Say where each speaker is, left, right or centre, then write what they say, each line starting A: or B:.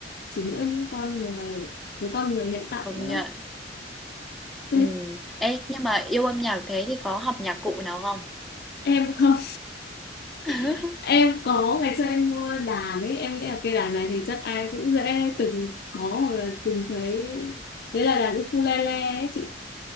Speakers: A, on the left (about 60°); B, in the centre.
A: chỉ mỗi những con người với con người hiện tại
B: công
A: nữa
B: nhận.
A: thế
B: Ừm. Ê, nhưng mà yêu âm nhạc thế thì có học nhạc cụ nào không?
A: em không
B: <laughs>
A: <laughs> em có ngày xưa em mua đàn ấy em nghĩ là cây đàn này thì chắc ai cũng dễ từng có hoặc là từng thấy đấy là đàn ukulele ấy chị